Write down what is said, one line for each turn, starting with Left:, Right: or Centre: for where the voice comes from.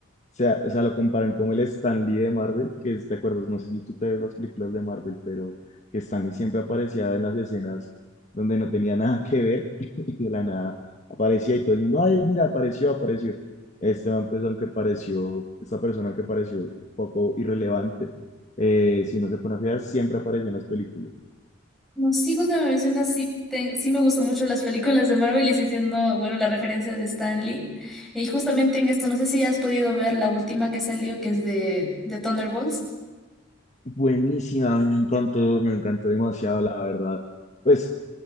Left: sea, o sea, lo comparan como el Stan Lee de Marvel, que es, ¿te acuerdas? No sé si tú te ves las películas de Marvel, pero que Stan Lee siempre aparecía en las escenas donde no tenía <laughs> nada que ver <laughs> y de la nada aparecía y todo el mundo, ay, mira, apareció, apareció. Esteban, pues aunque pareció, esta persona aunque pareció poco irrelevante, eh, si uno se pone a fijar, siempre apareció en las películas.
Centre: No, sí, justo me mencionas, sí, te- sí me gustan mucho las películas de Marvel y sí entiendo, bueno, la referencia de Stan Lee. Y justamente en esto, no sé si has podido ver la última que salió, que es de, de Thunderbolts.
Left: Buenísima, a mí me encantó, me encantó demasiado, la verdad. Pues,